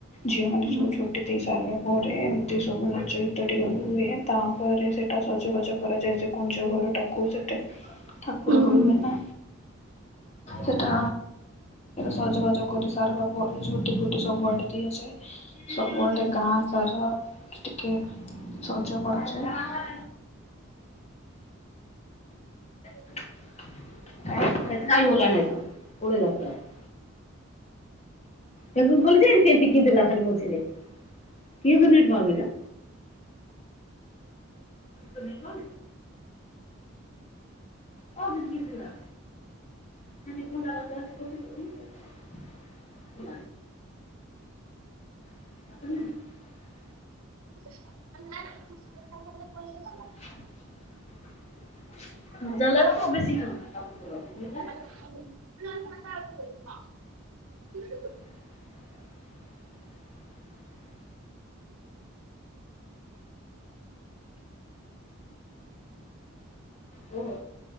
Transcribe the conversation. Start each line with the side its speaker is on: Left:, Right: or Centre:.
Left: ଝିଅମାନେ
Right: ହୁଁ
Left: ସବୁ ଝୋଟି ଦେଇସାରିଲା ପରେ ଏମିତି ସବୁ ନାଚ ଗୀତଟିିକେ ହୁଏ। ତାପରେ ସେଇଟା ସଜବାଜ କରାଯାଏ ସେ କୁଞ୍ଜ ଘରଟାକୁ ସେଠେ ଠାକୁ
Right: ହୁଁ।
Left: ର ରଇବେ ନା। ସେଟା ସଜବାଜ କରି ସାରିବା ପରେ ଝୋଟି ଫୋଟି ସବୁ ଆଡେ ଦିଆସାଏ। ସବୁଆଡେ ଗାଁ ସାର ଟିକେ ଶଯ କରାଯାଏ। <unintelligible> ତାକୁ ଗଲେ ଯେ ଏମିତି ଏମତି କିଲା ଖାଲି ମଝିରେ କିଏ <unintelligible> ତୁମେ କଣ। ହଉ କି କିଥିଲା ସେ <unintelligible> ନାଇଁ। <unintelligible>
Right: <unintelligible>
Left: <unintelligible>
Right: <unintelligible>
Left: <inaudible> ହୁଁ।